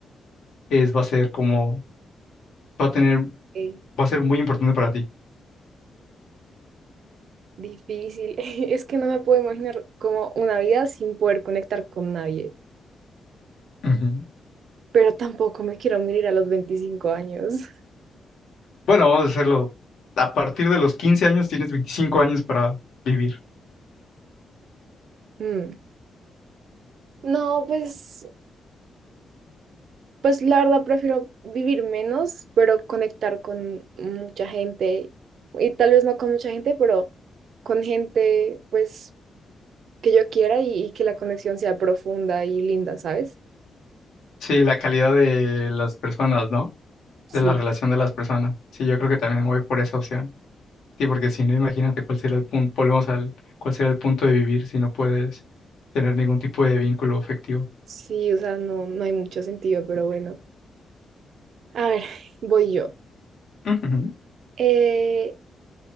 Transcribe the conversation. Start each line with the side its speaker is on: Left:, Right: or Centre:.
Left: es, va a ser como, va a tener,
Right: eh,
Left: va a ser muy importante para ti.
Right: difícil. <laughs> Es que no me puedo imaginar como una vida sin poder conectar con nadie.
Left: Ujú.
Right: Pero tampoco me quiero morir a los 25 años. <laughs>
Left: Bueno, vamos a hacerlo. A partir de los 15 años tienes 25 años para vivir.
Right: Mm. No, pues, pues la verdad prefiero vivir menos, pero conectar con mucha gente. Y tal vez no con mucha gente, pero con gente, pues, que yo quiera y, y que la conexión sea profunda y linda, ¿sabes?
Left: Sí, la calidad de las personas, ¿no?
Right: Sí,
Left: De la relación de las personas. Sí, yo creo que también voy por esa opción. Sí, porque si no, imagínate cuál sería el punto, volvemos al, cuál sería el punto de vivir si no puedes tener ningún tipo de vínculo afectivo.
Right: sí, o sea, no, no hay mucho sentido, pero bueno. A ver, voy yo.
Left: Ujú.
Right: Eh,